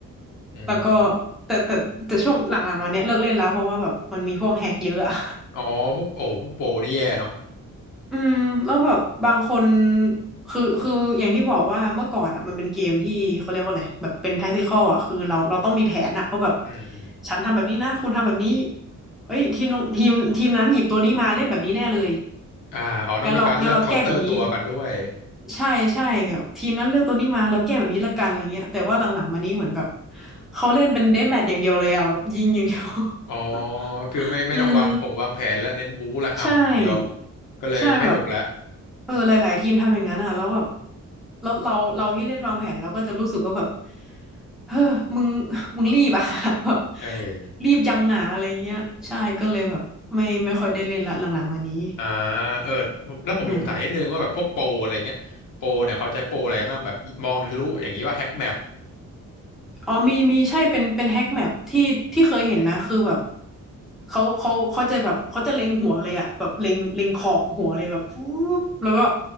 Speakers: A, on the left; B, in the centre.
A: อืม
B: แล้วก็แต่แต่แต่ช่วงหลังๆมาเนี้ยเลิกเล่นแล้วเพราะว่าแบบมันมีพวกแฮกเยอะอะ
A: อ๋อพวกโอ้พวกโปรนี่แย่เนาะ
B: <laughs> อืมแล้วแบบบางคนคือคืออย่างที่บอกว่าเมื่อก่อนอ่ะมันเป็นเกมที่เขาเรียกว่าอะไรแบบเป็นแท็กติคอลอ่ะคือเราเราต้องมีแผนอ่ะว่าแบบ
A: อืมอืม
B: ฉันทำแบบนี้นะคุณทำแบบนี้เอ้ยทีมทีมทีมนั้นหยิบตัวนี้มาเล่นแบบนี้แน่เลย
A: อ่าอ๋อต้องมีการเลือกเคาน์เตอร์ตัวกันด้วย
B: งั้นเรางั้นเราแก้แบบนี้ ใช่ใช่แบบทีมนั้นเลือกตัวนี้มาเราแก้แบบนี้ละกันอะไรเงี้ยแต่ว่าหลังๆมานี้เหมือนแบบเขาเล่นเป็นเดธแมทอย่างเดียวเลยอะแบบยิงอย่างเดียว
A: อ๋อ
B: <laughs>
A: คือไม่ไม่ต้องวางผงวางแผนและเน้นบู๊ละห่ำอย่างเดียว
B: อืมใช่
A: ก็เลยไม่หนุกแล้ว
B: ใช่แบบหลายๆทีมทำอย่างนั้นอ่ะแล้วแบบแล้วเราเราที่เล่นวางแผนเราก็จะรู้สึกว่าแบบเฮ้อมึงมึงรีบอ่ะ <laughs> แบบ
A: เออ
B: รีบยังหาอะไรเงี้ยใช่ก็เลยแบบไม่ไม่ค่อยได้เล่นละหลังๆมานี้
A: อ่าเออแล้วผมสงสัยนิดนึงว่าแบบพวกโปรอะไรเงี้ยโปรเนี่ยเขาใช้โปรอะไรกันบ้างแบบมองทะลุอย่างนี้ว่าแฮ็กแมป
B: อืม อ๋อมีมีใช่เป็นเป็นแฮกแมปที่ที่เคยเห็นนะคือแบบเขาเขาเขาจะแบบเขาจะเล็งหัวเลยอะแบบเล็งเล็งขอบหัวเลยแบบปุ๊บแล้วก็